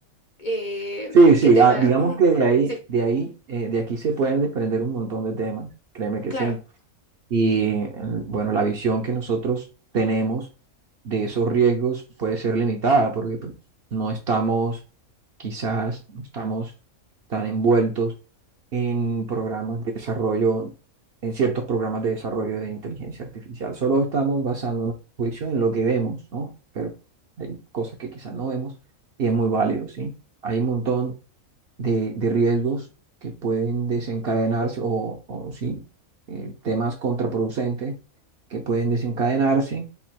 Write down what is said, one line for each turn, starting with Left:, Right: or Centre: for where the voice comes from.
Left: eh,
Right: Sí, sí,
Left: qué tema?
Right: ah, digamos
Left: <laughs> Ujú.
Right: que de ahí,
Left: Sí,
Right: de ahí, eh, de aquí se pueden desprender un montón de temas, créeme que
Left: claro,
Right: sí. Y eh, bueno, la visión que nosotros tenemos de esos riesgos puede ser limitada porque pues, no estamos, quizás no estamos tan envueltos en programas de desarrollo, en ciertos programas de desarrollo de inteligencia artificial. Solo estamos basando nuestro juicio en lo que vemos, ¿no? Pero hay cosas que quizás no vemos y es muy válido, ¿sí? Hay un montón de, de riesgos que pueden desencadenarse o, o sí, eh, temas contraproducentes que pueden desencadenarse